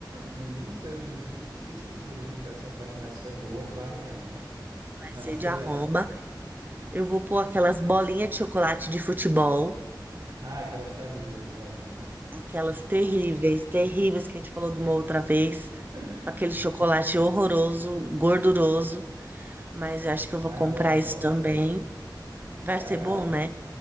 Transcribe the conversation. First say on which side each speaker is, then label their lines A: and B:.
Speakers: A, on the right (about 60°); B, on the right (about 25°).
A: Menino, seus vizinhos que se seguram, viu? Porque essa festa vai ser boa e barulhenta.
B: passeio
A: <laughs> Vai ser
B: de arromba.
A: ótimo.
B: Eu vou pôr aquelas bolinhas de chocolate de futebol,
A: Ah, aquelas terríveis, ótimo.
B: aquelas terríveis, terríveis que a gente falou de uma outra vez,
A: <laughs>
B: com aquele chocolate horroroso, gorduroso. Mas eu acho que eu
A: Mas
B: vou comprar
A: bota,
B: isso
A: bota,
B: também.
A: bota.
B: Vai
A: É
B: ser
A: a cara.
B: bom, né?